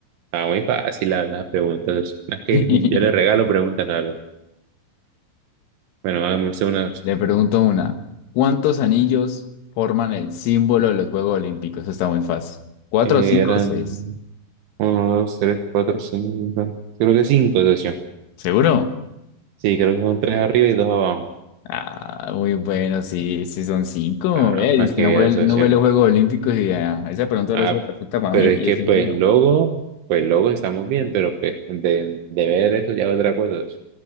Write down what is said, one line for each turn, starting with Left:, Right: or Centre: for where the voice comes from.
Right: Está muy fácil la, las preguntas, socio. Las que
Left: <laughs>
Right: yo le regalo preguntas, la verdad. Bueno, hagamos usted una, socio.
Left: Le pregunto una. ¿Cuántos anillos forman el símbolo de los Juegos Olímpicos? Eso está muy fácil. ¿Cuatro,
Right: Era...
Left: cinco o seis?
Right: Uno, dos, tres, cuatro, cinco. Creo que cinco, socio.
Left: ¿Seguro?
Right: Sí, creo que son tres arriba y dos abajo.
Left: Ah, muy bueno, sí, sí son cinco.
Right: Ah,
Left: Eh,
Right: para
Left: dice
Right: que
Left: que
Right: veas,
Left: no ve, no
Right: socio.
Left: ve los Juegos Olímpicos y ah, esa pregunta ahora
Right: Ah,
Left: es perfecta para
Right: pero
Left: mí,
Right: es
Left: que
Right: que,
Left: yo sí
Right: pues,
Left: los veo.
Right: luego pues, luego estamos bien, pero, pues, de, de ver eso ya es otra cosa, socio.